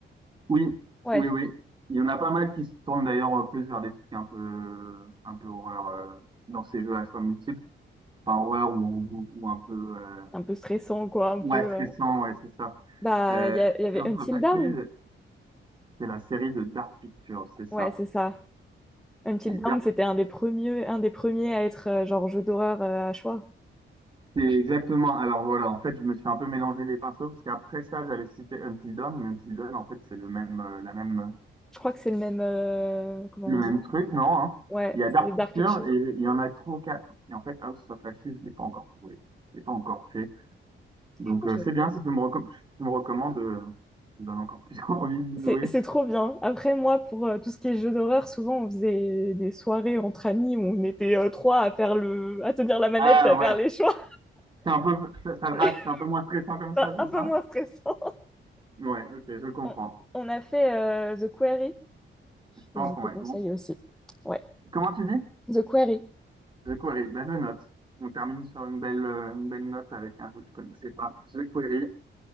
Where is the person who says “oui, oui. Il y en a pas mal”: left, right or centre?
Right